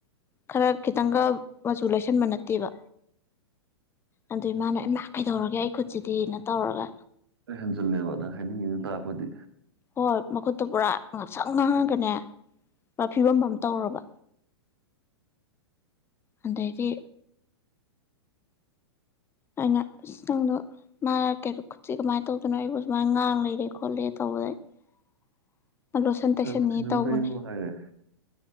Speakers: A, on the left; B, on the right.
A: ꯈꯔ ꯈꯤꯇꯪꯒ ꯃꯆꯨ ꯂꯩꯁꯟꯕ ꯅꯠꯇꯦꯕ ꯑꯗꯨ ꯏꯃꯥꯅ ꯏꯃꯥ ꯀꯩꯗꯧꯔꯒꯦ ꯑꯩ ꯈꯨꯠꯁꯤꯗꯤꯩꯅ ꯇꯧꯔꯒ
B: ꯍꯟꯖꯤꯜꯂꯦꯕꯅꯪ ꯍꯥꯏꯅꯤꯡꯉꯤꯅ ꯇꯥꯛꯔꯛꯄꯗꯤ
A: ꯍꯣꯏ ꯃꯈꯨꯠꯇꯣ ꯄꯨꯔꯥ ꯉꯥꯛꯁꯪ ꯉꯥꯡꯉꯒꯅꯦ ꯄꯨꯔꯥ ꯐꯤꯕꯝ ꯑꯃꯝ ꯇꯧꯔꯕ ꯑꯗꯩꯗꯤ ꯑꯩꯅꯇꯪꯗꯣ ꯃꯥꯅ ꯀꯩ ꯈꯨꯠꯁꯤ ꯀꯃꯥꯏꯅ ꯇꯧꯗꯅꯣ ꯑꯩꯕꯨ ꯁꯨꯃꯥꯏꯅ ꯉꯥꯡ ꯂꯩꯔꯦ ꯈꯣꯠꯂꯦ ꯇꯧꯕ ꯂꯣꯁꯟ ꯇꯩꯁꯟꯅꯤ
B: ꯁꯟꯁꯀ꯭ꯔꯤꯟ ꯑꯃ
A: ꯇꯧꯕꯅꯦ
B: ꯇꯩꯔꯣ ꯍꯥꯏꯔꯦ